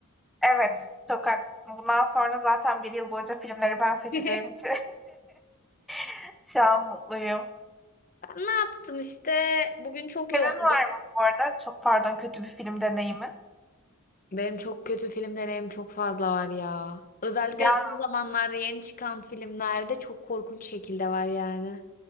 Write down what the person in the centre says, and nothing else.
Evet, çok haklısın. Bundan sonra zaten bir yıl boyunca filmleri ben seçeceğim
için <laughs> şu an mutluyum.
Senin
var mı bu arada? Çok pardon, kötü bir film deneyimin.
Ya